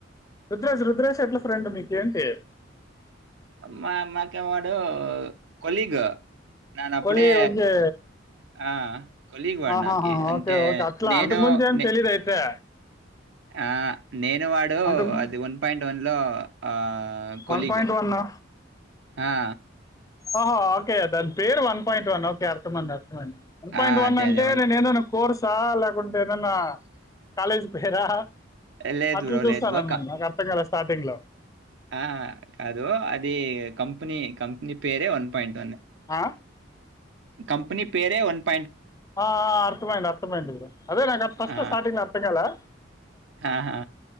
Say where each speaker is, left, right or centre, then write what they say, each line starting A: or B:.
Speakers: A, on the left; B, on the right.
A: రుద్రాజ్ రుద్రాజ్ ఎట్లా ఫ్రెండ్ మీకేంటి
B: మా మాకే వాడు కొలీగ్ నాను అప్పుడే
A: కొలి ఓకే
B: ఆ కొలీగ్ వాడు
A: ఆహాహా
B: నాకి అంటే
A: ఓకే ఓకే అట్లా
B: నేను
A: అంతకు ముందు ఏమి
B: నే-
A: తెలీదయితే
B: ఆ నేను వాడు
A: అంతకు
B: అది వన్ పాయింట్ వన్ లో ఆ ఆ కొలిగ్
A: వన్ పాయింట్ వన్
B: ఆ
A: ఆహా ఓకే అ దాని పేరు వన్ పాయింట్ వన్ ఓకే అర్థమన్నారు వన్ పాయింట్
B: అదే
A: వన్ అంటే
B: అదే
A: నేను ఏదోనా కోర్సా లేకుంటే ఏదన్నా కాలేజీకి పోయరా
B: లేదు
A: అట్లు
B: బ్రో
A: చూస్తానని
B: లేదు బ్రో
A: నేను నాకు అర్థంకాలేదు చాటింగ్ లో
B: ఆ కాదు అది కంపెనీ కంపెనీ పేరే వన్ పాయింట్ వన్
A: ఆ
B: కంపెనీ పేరే వన్ పా
A: ఆ అర్థమైంది అర్థమైంది బ్రో అదే నాకు ఫస్ట్
B: ఆ!
A: స్టార్టింగ్ లో అర్థం కాలా
B: ఆహా